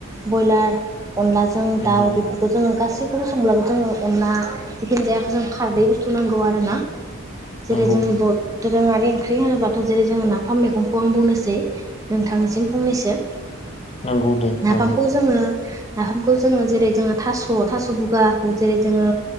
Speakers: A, on the right; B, on the left.
A: ब्रयलार अनलाजों
B: नंगौ
A: दाउ बेफोरखौ जोङो गासैखौबो संब्लाबो जोङो अनला जिखिनि जायाखै जों खारदै बुस्थु नांगौ आरो ना जेरै
B: नंगौ
A: जोंनि बर दोरोङारि ओंख्रि होनोब्ला थ जेरै जोङो नाफाम मैगंखौ आं बुंनोसै नोंथांनिसिम फंनैसो
B: नंगौ दे
A: नाफामखौ
B: औ
A: जोङो नाफामखौ जोङो जेरै जोङो थास' थास' बुगाखौ जेरै जोङो